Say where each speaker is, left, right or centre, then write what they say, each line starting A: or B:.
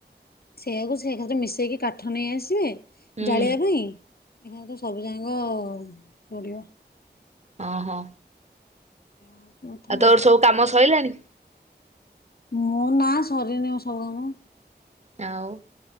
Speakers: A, on the left (about 60°); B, on the right (about 40°).
A: ସେଇଆକୁ ସେ ଏକାଥରେ ମିଶେଇକି କାଠ ନେଇ ଆସିବେ
B: ହୁଁ।
A: ଜାଳିବା ପାଇଁ। ଏକାଥରେ ସବୁଜାଙ୍କ ପଡିବ।
B: ଅଁ ହଁ।
A: ହଉଛି କଥା
B: ଆଉ ତୋର ସବୁ କାମ ସଇଲାଣି?
A: ମୋ ନାଁ ସରିନି ସବୁ କାମ।
B: ଆଉ।